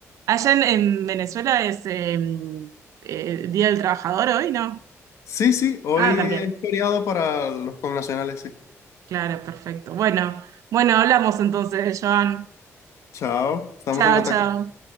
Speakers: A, on the right (about 80°); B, on the left (about 65°).
A: allá en, en Venezuela es eh, eh, Día del Trabajador hoy, ¿no?
B: sí, sí, hoy
A: Ah, también.
B: es feriado para los connacionales, sí.
A: Claro, perfecto. Bueno, bueno, hablamos entonces, Joan.
B: Chao, estamos
A: Chao,
B: en contacto.
A: chao.